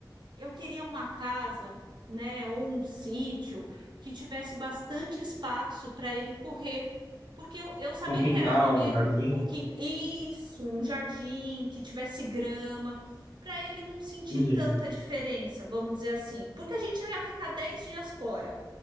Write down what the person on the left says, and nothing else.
Um quintal,
um jardim.
Entendi.